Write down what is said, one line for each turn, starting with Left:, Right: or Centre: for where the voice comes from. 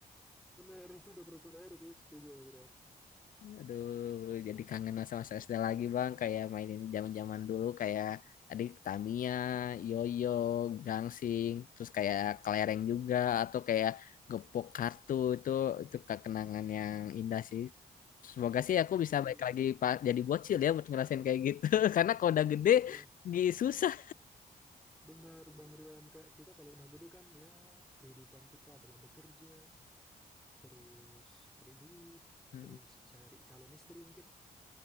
Centre: Benar, itu udah proper sih, setuju Mas Rian.
Left: Aduh, jadi kangen masa-masa SD lagi bang, kayak mainin zaman-zaman dulu kayak tadi Tamiya, Yoyo, Gangsing, terus kayak kelereng juga atau kayak gepok kartu itu itu ke- kenangan yang indah sih. Semoga sih aku
Centre: Setuju.
Left: bisa balik lagi Pak jadi bocil ya buat ngerasain kayak gitu, <laughs> karena kalau udah gede,
Centre: Ya,
Left: gi- susah.
Centre: benar Bang Rian. Kayak kita kalau udah gede kan, ya kehidupan kita adalah bekerja, terus cari duit,
Left: Hmm,
Centre: terus cari calon istri mungkin.